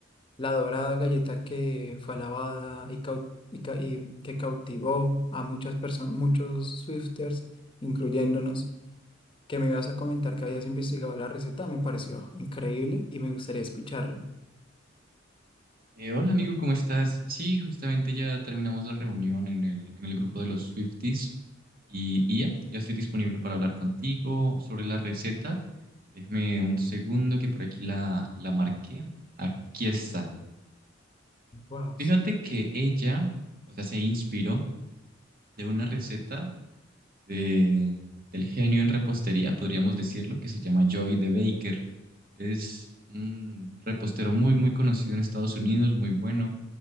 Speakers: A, on the left; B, on the right.
A: la dorada galleta que fue alabada y, cau- y ca- y que cautivó a muchas personas, muchos Swifters, incluyéndonos, que me ibas a comentar que habías investigado la receta. Me pareció increíble y me gustaría escucharlo.
B: Eh, hola amigo, ¿cómo estás? Sí, justamente ya terminamos la reunión en el, en el grupo de los Swifties y, y ya, ya estoy disponible para hablar contigo sobre la receta. Déjame un segundo que por aquí la, la marqué. Aquí está.
A: Wow.
B: Fíjate que ella, o sea, se inspiró de una receta de- del genio en repostería, podríamos decirlo, que se llama Joy de Baker. Es un repostero muy, muy conocido en Estados Unidos, muy bueno.